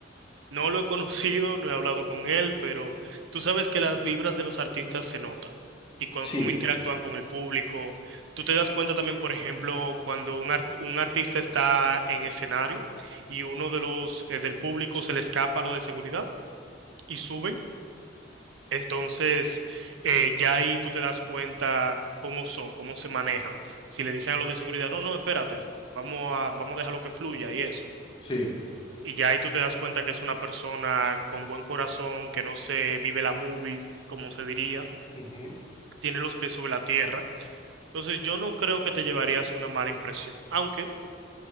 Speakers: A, on the right; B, on the left.
A: No lo he conocido, no he hablado con él, pero tú sabes que las vibras de los artistas se notan y cu-
B: sí,
A: cómo interactúan con el público. Tú te das cuenta también, por ejemplo, cuando un, art- un artista está en escenario y uno de los eh, del público se le escapa lo de seguridad y suben. Entonces, eh, ya ahí tú te das cuenta cómo son, cómo se manejan. Si le dicen a los de seguridad, no, no, espérate, vamos a, vamos a dejar lo que fluya y eso.
B: sí.
A: Y ya ahí tú te das cuenta que es una persona con buen corazón, que no se vive la movie, como se diría,
B: ujú.
A: tiene los pies sobre la tierra. Entonces yo no creo que te llevarías una mala impresión, aunque